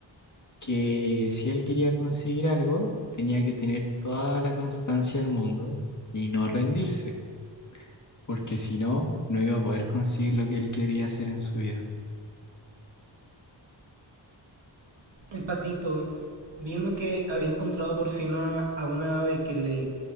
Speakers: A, on the left; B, on the right.
A: que si él quería conseguir algo, tenía que tener toda la constancia del mundo y no rendirse, porque si no, no iba a poder conseguir lo que él quería hacer en su vida.
B: El patito, viendo que había encontrado por fin a una, a una ave que le